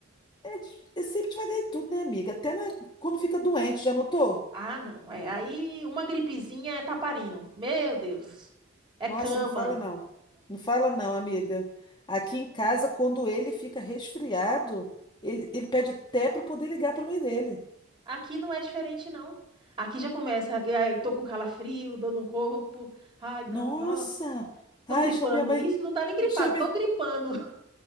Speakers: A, on the left; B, on the right.
A: é, di- é sempre devagar em tudo, né, amiga? Até na- quando fica doente, já notou?
B: Ah, não. É aí uma gripezinha é taparino. Meu Deus. É
A: Nossa,
B: cama.
A: não fala não. Não fala não, amiga. Aqui em casa, quando ele fica resfriado, ele, ele pede até pra poder ligar pra mãe dele.
B: Aqui não é diferente, não. Aqui já começa. ai, Tô com calafrio, dor no corpo. Ai, não,
A: Nossa!
B: nossa.
A: Ai,
B: Tô gripando.
A: chama minha mãe.
B: Isso que não tá nem gripado,
A: Chama,
B: tô gripando. <laughs>